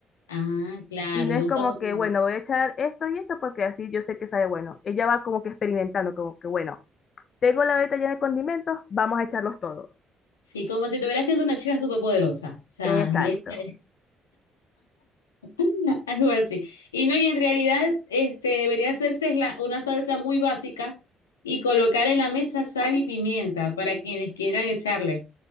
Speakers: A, on the left; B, on the left.
A: Ah, claro,
B: Y no
A: le
B: es
A: gustaba.
B: como
A: con-
B: que, bueno, voy a echar esto y esto porque así yo sé que sabe bueno. Ella va como que experimentando, como que, bueno, tengo la beta llena de condimentos, vamos a echarlos todos.
A: Sí, como si estuviera siendo una chica superpoderosa. O sea,
B: Exacto,
A: le echa <laughs> Algo así. Y no, y en realidad, este, debería hacerse es la- una salsa muy básica y colocar en la mesa sal y pimienta para quienes quieran echarle.